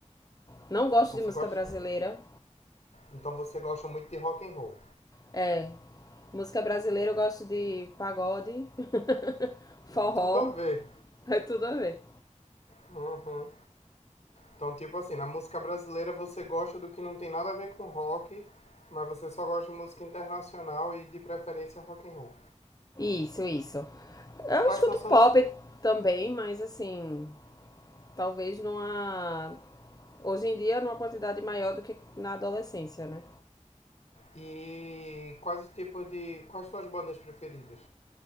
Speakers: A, on the left; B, on the left.
A: Não gosto
B: Então
A: de
B: você
A: música
B: gosta,
A: brasileira.
B: então você gosta muito de rock and roll.
A: É, música brasileira eu gosto de pagode, <laughs> forró,
B: Tudo a ver.
A: é tudo a ver.
B: Uhum. Então tipo assim, na música brasileira você gosta do que não tem nada a ver com rock, mas você só gosta de música internacional e de preferência rock and roll.
A: Isso, isso. Eu
B: Quais
A: escuto
B: são suas
A: pop também, mas assim, talvez numa hoje em dia numa quantidade maior do que na adolescência, né?
B: e quais tipos de quais suas bandas preferidas?